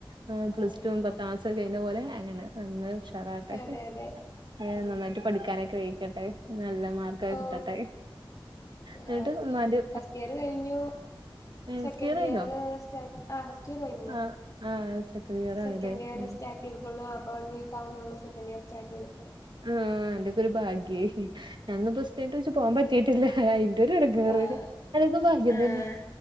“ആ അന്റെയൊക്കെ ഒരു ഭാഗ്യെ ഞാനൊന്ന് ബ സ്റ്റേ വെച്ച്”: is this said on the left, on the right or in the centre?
Right